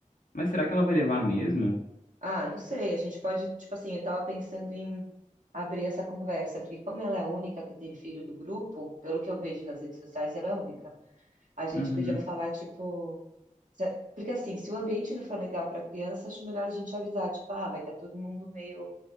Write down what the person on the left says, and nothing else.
Mas será que ela vai levar mesmo?
Uhum.